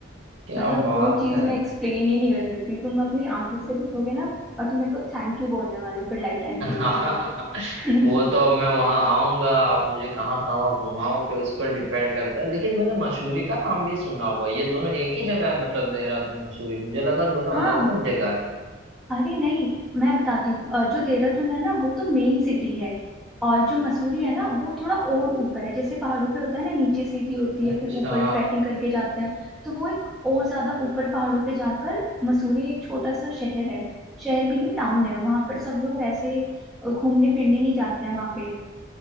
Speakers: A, on the right; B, in the centre.
A: क्या
B: मतलब
A: बात
B: वो चीज
A: है
B: मैं एक्सप्लेन ही नहीं कर सकती तुम अपनी आंखों से देखोगे ना और तुम मेरे को थैंक यू बोलने वाले हो फिर लाइफ टाइम
A: <laughs>
B: के लिए
A: वो
B: <laughs>
A: तो अब मैं वहां आऊंगा आप मुझे कहाँ कहाँ घुमाओगे उस पर डिपेंड करता है लेकिन मैंने मसूरी का नाम भी सुना हुआ है। ये दोनों एक ही जगह है मतलब देहरादून मसूरी मुझे लगा दोनों
B: हाँ
A: अलग अलग जगह है
B: अरे नहीं मैं बताती हूँ अ, जो देहरादून है ना वो तो मेन सिटी है और जो मसूरी है ना वो थोड़ा और ऊपर है जैसे पहाड़ों पे होता है ना नीचे सिटी होती
A: अच्छा
B: है फिर ऊपर ट्रैकिंग करके जाते हैं तो वो एक और ज्यादा ऊपर पहाड़ों पे जाकर मसूरी एक छोटा सा शहर है शहर भी नहीं टाउन है वहां पर सब लोग ऐसे अ, घूमने फिरने ही जाते हैं वहां पे